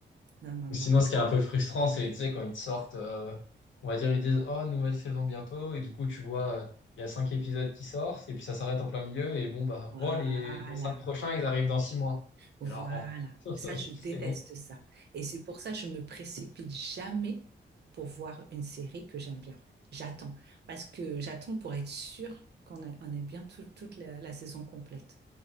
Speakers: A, on the right; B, on the left.
A: Non, non,
B: Ou sinon,
A: non.
B: ce qui est un peu frustrant, c'est, tu sais, quand ils te sortent, euh, on va dire, ils disent, oh, nouvelle saison bientôt, et du coup, tu vois, euh, il y a cinq épisodes qui sortent, et puis ça s'arrête en plein milieu, et bon, bah,
A: Voilà.
B: oh, les, les cinq prochains, ils arrivent dans six mois.
A: Voilà,
B: Et là, oh, <laughs>
A: ça je déteste
B: c'est long.
A: ça. Et c'est pour ça que je me précipite jamais pour voir une série que j'aime bien. J'attends, parce que j'attends pour être sûre qu'on a, on a bien tout- toute la, la saison complète.